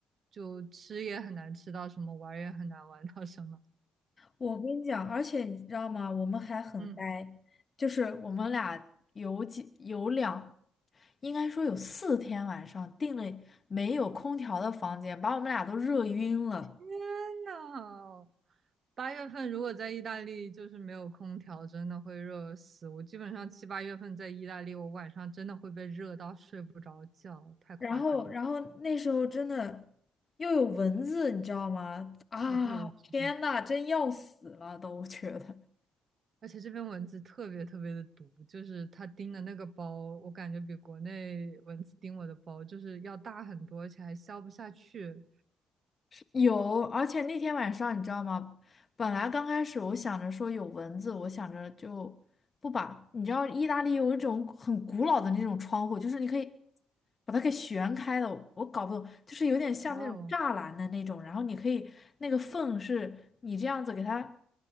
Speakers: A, on the right (about 50°); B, on the left (about 35°).
A: 就吃也很难吃到什么，玩儿也很难玩到什么。
B: 我跟你讲，而且你知道吗？我们还很呆，
A: 嗯。
B: 就是我们俩有几有两，应该说有四天晚上订了没有空调的房间，把我们俩都热晕了。
A: 天呐，八月份如果在意大利就是没有空调，真的会热死。我基本上七八月份在意大利，我晚上真的会被热到睡不着觉，太夸张了。
B: 然后，然后那时候真的又有蚊子，你知道吗？啊，
A: 哦，对，我知道，
B: 天呐，真要死了都，我觉得。
A: 而且这边蚊子特别特别的毒，就是它叮的那个包，我感觉比国内蚊子叮我的包就是要大很多，而且还消不下去。
B: 有，而且那天晚上你知道吗？本来刚开始我想着说有蚊子，我想着就不把。你知道意大利有一种很古老的那种窗户，就是你可以把它给旋开的，我搞不懂，就是有点像那种栅栏的那种，
A: 哦
B: 然后你可以那个缝是你这样子给它，